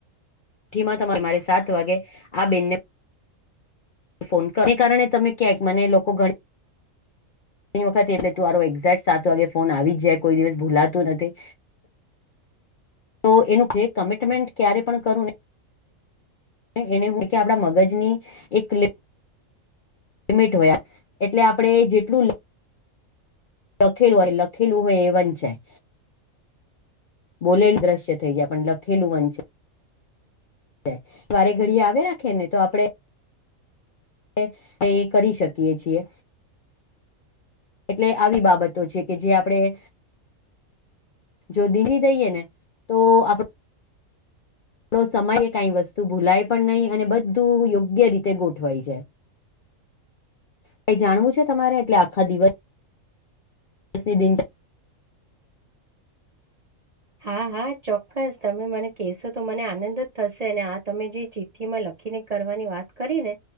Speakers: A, on the left; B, on the right.
A: કીમા તમારે સાત વાગે આ બેનને ફોન કર, ઈ કારણે તમે ક્યાંક મને લોકો ઘણી ણી વખતે એટલે તુઆરો એક્ઝેક્ટ સાત વાગે ફોન આવી જ જાય કોઈ દિવસ ભૂલાતુ નથી. તો એનું <unintelligible> કમિટમેન્ટ ક્યારે પણ કરું ને.. એને હે કે આપણા મગજ ની એક લિ મિટ હોય એટલે આપણે જેટલું... લખેલું હોય લખેલું હોય એ વંચાય. બોલેલ દ્રશ્ય થઈ જાય પણ લખેલુ વંચા ય વારે ઘડીએ આવે રાખે ને તો આપડે. એ. એ કરી શકીએ છીએ. એટલે આવી બાબતો છે કે જે આપણેે... જો દીલી દઈએ ને તો આપડ... આપડો સમયે કાંઈ વસ્તુ ભૂલાય પણ નહી અને બધું યોગ્ય રીતે ગોઠવાઈ જાય. કંઈ જાણવું છે તમારે એટલે આખા દિવસ દીસ ની દિનચ
B: હા હા ચોક્કસ તમે મને કેસો તો મને આનંદ જ થસે ને આ તમે જે ચિ ઠ્ઠીમાં લખીને કરવાની વાત કરી ને...